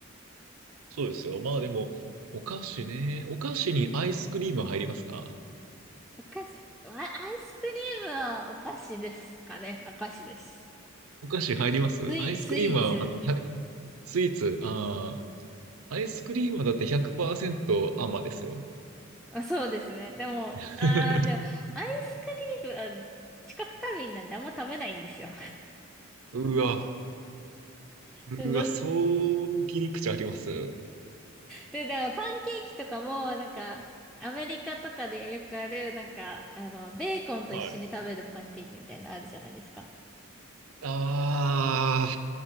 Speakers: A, on the right (about 85°); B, in the centre.
A: そうですよ。まあでも、お菓子ね。お菓子にアイスクリーム入りますか
B: <laughs> お菓子、わアイスクリームはお菓子ですかね。お菓子です。
A: お菓子入りますアイスクリームは、
B: スイ、スイーツ。
A: あの、ひゃくスイーツ、ああ、アイスクリームはだって100%甘ですよ。
B: まあ、そうですね。でも、
A: <laughs>
B: あー、でも、アイスクリーム、あ、知覚過敏なんであんま食べないんですよ。
A: うわ、うわ、
B: <laughs> ど
A: そう切り口あります。
B: で、だからパンケーキとかも、なんか、アメリカとかでよくある、なんか、あの、ベーコンと一緒に食べるパンケーキみたいなのあるじゃないですか。
A: はい。ああ、